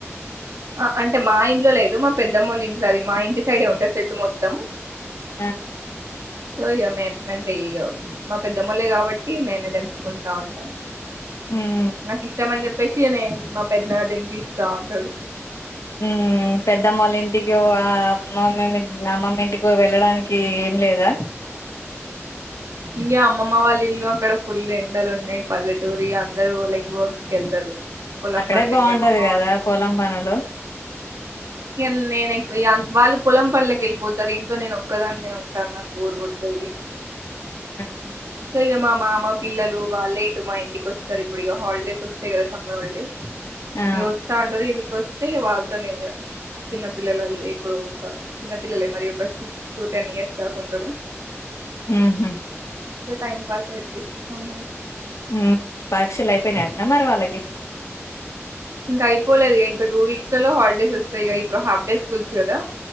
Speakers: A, on the right; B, on the left.
A: ఆ అంటే మా ఇంట్లో లేదు మా పెద్దమ్మలు ఇంట్లో అది. మా ఇంటి సైడే ఉంటది చెట్టు మొత్తం.
B: ఆ
A: సో ఇక మే మేమంటే ఇక మా పెద్ద మళ్ళ కాబట్టి, మేమే తెంపుకుంటా ఉంటాం.
B: ఉమ్
A: నాకిష్టం మని చెప్ పెషగానే మా పెద్దనాన్న దెంపిస్తా ఉంటాడు.
B: ఉ పెద్దమ్మళ్ళ ఇంటికో, ఆ అమ్మమ్ అమ్మమ్మ ఇంటికో, వెళ్ళడానికి ఏం లేదా.
A: ఇంగ్య అమ్మమ్మ వాళ్ళ ఇల్లు అక్కడ ఫుల్ ఎండలు ఉన్నాయి. పల్లెటూరి అందరూ లైక్ వర్క్స్ కు వెళ్తారు. పొలం
B: అక్కడే
A: పనులకి
B: బాగుంటది
A: అమ్మమ్మ
B: కదా
A: వాళ్ళు
B: పొలం పనులు.
A: ఇగ నేనుఎక్కువంత వాళ్ళు పొలం పనులకి వెళ్ళిపోతారు. ఇంట్లో నేను ఒక్కదాన్నే ఉంటాను. నాకు బోరు కొడ తాది.
B: ఉహు
A: సో ఇక మా మామ పిల్లలు వాళ్ళే ఇటు మా ఇంటికి వస్తారు. ఇప్పుడు ఇక హాలిడేస్ వస్తాయి కదా సమ్మర్ హాలిడేస్.
B: ఆ
A: ఇగ వస్తా అంటారు ఇడికి వస్తే అంతే ఇగ వాళ్ళతోనే ఇగ చిన్న పిల్లల ఇప్పుడు ఒక చిన్నపిల్లలే మరి ఒక సిక్స్ టు టెన్ ఇయర్స్ దాకుంటారు.
B: ఉమ్ హు
A: టైం పాస్ అయిది సమ్మర్ లో
B: హ్మ్ పరీక్షలు అయిపోయినాయంటనా మరి వాళ్ళకి
A: ఇంకా అయిపోలేదు. ఇంగా టూ వీక్స్ లలో హాలిడేస్ వస్తాయి. ఇప్పుడు హాఫ్ డే స్కూల్స్ కదా